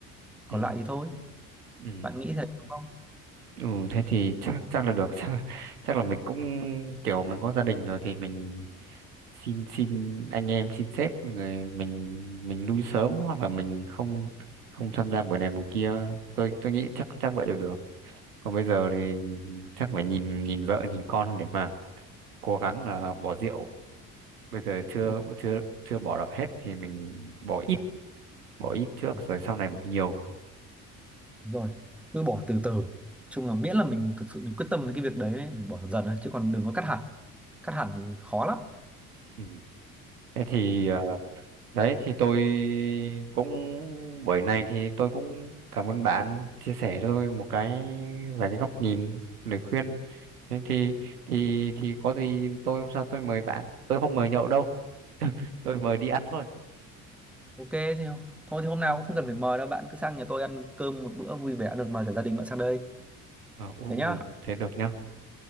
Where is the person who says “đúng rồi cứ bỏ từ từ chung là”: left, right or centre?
Centre